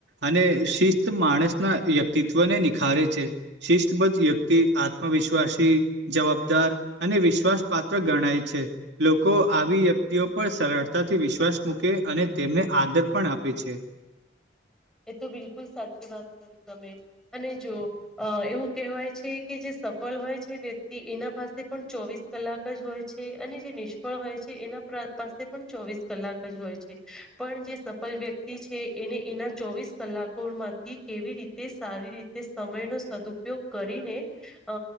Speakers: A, on the right (about 65°); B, in the centre.
A: અને શિસ્ત માણસના વ્યક્તિત્વને નિખારે છે. શિસ્ત બધ વ્યક્તિ આત્મવિશ્વાસી જવાબદાર અને વિશ્વાસ પાત્ર ગણાય છે લો કો આવી વ્યક્તિઓ પર સરળતાથી વિશ્વાસ મૂકે અને તેમને આદર પણ આપે છે.
B: એ તો બિલકુલ સાચી વાત કરી તમે અને જો અ એવું કહેવાય છે કે જે સફળ હોય છે વ્યક્તિ એના પાસે પણ ચોવીસ કલાક જ હોય છે અને જે નિષ્ફળ હોય છે એના પાસે પણ ચોવીસ કલાક જ હોય છે. પણ જે સફલ વ્યક્તિ છે. એને એનાં ચોવીસ કલાકો માંથી કેવી રીતે સારી રીતે સમયનો સદુપયોગ કરીને અ